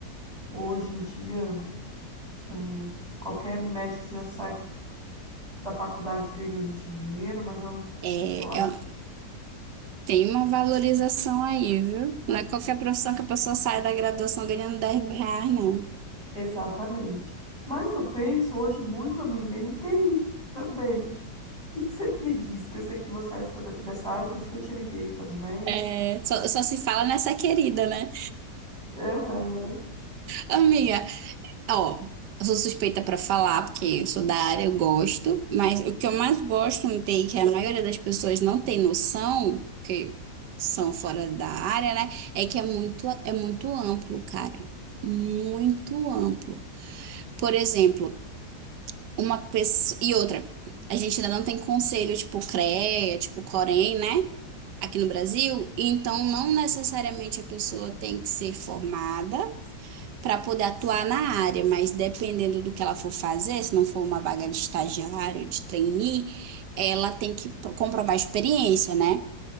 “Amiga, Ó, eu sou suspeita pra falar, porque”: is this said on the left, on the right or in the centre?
Right